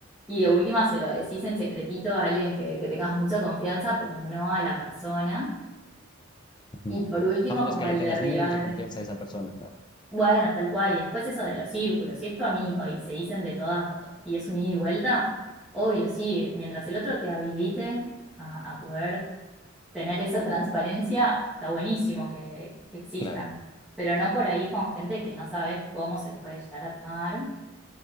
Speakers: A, in the centre; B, on the left.
A: y de última se lo decís en secretito a alguien que, que tengas mucha confianza, pero no a la persona.
B: Ujú.
A: Y por último,
B: A menos
A: como
B: que le
A: el
B: tengas
A: derribar,
B: mucha confianza a esa persona, ¿no?
A: bueno, tal cual, y después eso de los círculos, si es tu amigo y se dicen de todas y es un ida y vuelta, obvio, sí, mientras el otro te habilite a, a poder tener esa transparencia está buenísimo que, que existan,
B: Claro,
A: pero no por ahí con gente que no sabes cómo se lo puede llegar a tomar